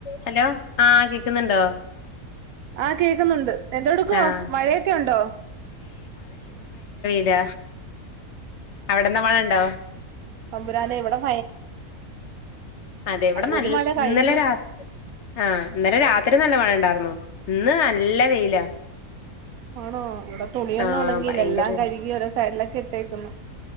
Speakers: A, on the left; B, on the right.
A: Hello ആ കേക് കേക്കുന്നുണ്ടോ
B: ആഹ കേക്കുന്നുണ്ട് എന്തോടുക്കുവാ
A: ആഹ്
B: മഴയൊക്കെ ഒണ്ടോ
A: ല അവിടെ എന്താ മഴയുണ്ടോ
B: അമ്പുരാനെ ഇവിടം
A: അതെ ഇവിടെ നല്ല
B: ഒരു മഴ കഴിഞ്ഞു
A: ഇന്നലെ രാത്രി ആഹ് ഇന്നലെ രാത്രി നല്ല മഴ ഒണ്ടാർരുന്നു ഇന്ന് നല്ല വെയിലാ
B: ആണോ ഇവിടെ തുണിയൊന്നും
A: ആ
B: ഉണങ്ങിയില്ല
A: ഭയങ്കര
B: എല്ലാം കഴുകി ഓരോ സൈഡിലൊക്കെ ഇട്ടേക്കുന്നു